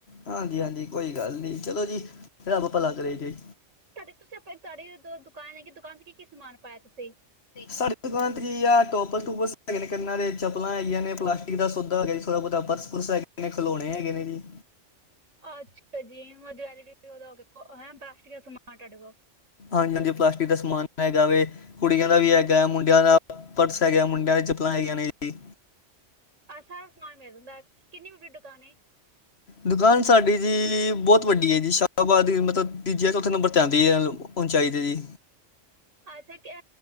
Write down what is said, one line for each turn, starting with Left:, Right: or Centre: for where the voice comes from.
Left: ਹਾਂਜੀ-ਹਾਂਜੀ ਕੋਈ ਗੱਲ ਨੀ ਚਲੋ ਜੀ, ਰੱਬ ਭਲਾ ਕਰੇ ਜੇ।
Right: ਤਾਡੇ ਤੁਸੀਂ ਆਪ ਤਾਡੀ ਦੁਕਾਨ ਹੈਗੀ ਦੁਕਾਨ ਤੇ ਕੀ-ਕੀ ਸਮਾਨ ਪਾਇਆ ਤੁਸੀਂ?
Left: ਸਾਡੀ ਦੁਕਾਨ ਤੇ ਜੀ ਆ ਟੋਪਸ- ਟੂਪਸ ਹੈਗੇ ਨੇ ਕੰਨਾ ਦੇ, ਚੱਪਲਾਂ ਹੈਗੀਆਂ ਨੇ ਪਲਾਸਟਿਕ ਦਾ ਸੋਦਾ ਹੈਗਾ ਜੀ, ਥੋੜਾ ਬਹੁਤਾ ਪਰਸ ਪੁਰਸ ਹੈਗੇ ਨੇ ਖਲੋਣੇ ਹੈਗੇ ਨੇ ਜੀ।
Right: ਆਛਾ ਜੀ <unintelligible> ਪਲਾਸਟਿਕ ਦਾ ਸਮਾਨ ਤਾਡੇ ਕੋਲ਼।
Left: ਹਾਂਜੀ-ਹਾਂਜੀ ਪਲਾਸਟਿਕ ਦਾ ਸਮਾਨ ਹੈਗਾ ਵੇ। ਕੁੜੀਆਂ ਦਾ ਵੀ ਹੈਗਾ ਮੁੰਡਿਆਂ ਦਾ ਪਰਸ ਹੈਗਾ ਮੁੰਡਿਆਂ ਦੀਆਂ ਚੱਪਲਾਂ ਹੈਗੀਆਂ ਨੇ ਜੀ।
Right: ਆਹ ਸਾਰਾ ਸਮਾਨ ਮਿਲ ਜਾਂਦਾ, ਕਿੰਨੀ ਵੱਡੀ ਦੁਕਾਨ ਏ?
Left: ਦੁਕਾਨ ਸਾਡੀ ਜੀ ਬਹੁਤ ਵੱਡੀ ਐ ਜੀ ਸ਼ਾਹਬਾਦ ਮਤਲਬ ਤੀਜੇ- ਚੌਥੇ ਨੰਬਰ ਤੇ ਆਂਦੀ ਐ। ਹੁਣ ਚਾਈਦੀ ਜੀ।
Right: ਅੱਛਾ ਕੈਂ